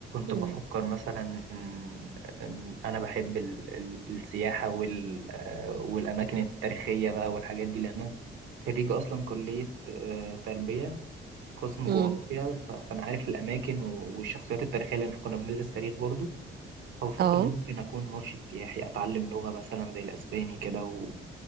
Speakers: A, on the right; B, on the right.
A: مم.
B: بفكر مثلا ان إن انا بحب ال- ال- السياحه وال آه، والاماكن التاريخيه بقى والحاجات دي لان انا خريج اصلا كليه آه، تربيه قسم
A: مم.
B: جغرافيا ف- فانا عارف الاماكن و- والشخصيات التاريخيه لان احنا كنا بندرس تاريخ برضو فبفكر
A: اه
B: ان ممكن اكون مرشد سياحي اتعلم لغه مثلا زي الاسباني كده و-